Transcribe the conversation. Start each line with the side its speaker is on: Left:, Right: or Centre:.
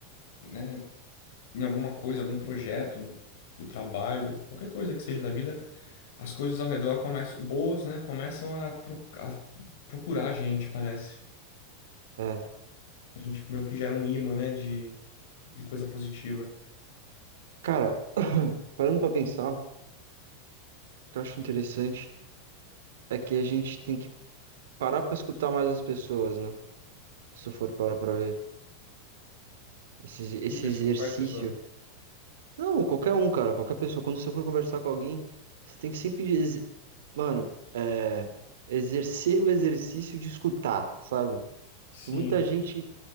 Left: né, em alguma coisa, algum projeto, do trabalho, qualquer coisa que seja da vida, As coisas ao redor começam, boas, né? Começam a, pro- a procurar a gente, parece.
Right: É.
Left: A gente meio que gera um imã, né? De, de coisa positiva.
Right: Cara, <coughs> <clears throat> parando pra pensar, o que eu acho interessante é que a gente tem que parar pra escutar mais as pessoas, né? Se tu for parar pra ver. Esse, esse
Left: Que pessoa,
Right: exercício
Left: quais pessoas?
Right: Não, qualquer um, cara, qualquer pessoa. Quando você for conversar com alguém, você tem que sempre, exer- mano, é, exercer o exercício de escutar, sabe?
Left: Sim,
Right: Muita gente